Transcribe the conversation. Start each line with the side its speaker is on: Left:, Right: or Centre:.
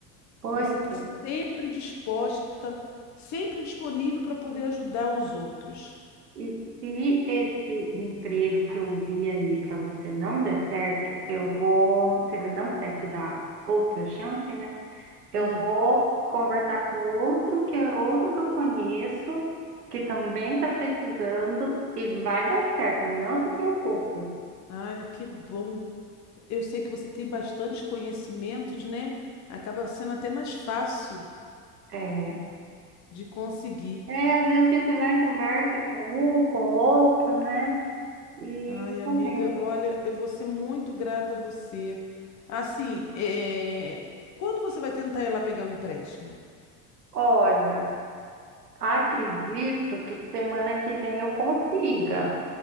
Right: Pois
Left: Você está
Right: é.
Left: sempre disposta, sempre disponível para poder ajudar os outros.
Right: E se esse emprego que eu vi ali para você não der certo, eu vou, se ele não quiser te dar outra chance, né? Eu
Left: Hum.
Right: vou conversar com outro que é outro que eu conheço, que também está precisando e vai dar certo, não se preocupe.
Left: Ai, que bom. Eu sei que você tem bastantes conhecimentos, né? Acaba sendo até mais fácil
Right: É,
Left: de conseguir.
Right: é, às vezes a gente vai e conversa com um, com outro, né? E
Left: Ai, amiga,
Right: comenta.
Left: olha, eu vou ser muito grata a você. Assim, é, quando você vai tentar ir lá pegar o empréstimo?
Right: Olha, acredito que semana que vem eu consiga.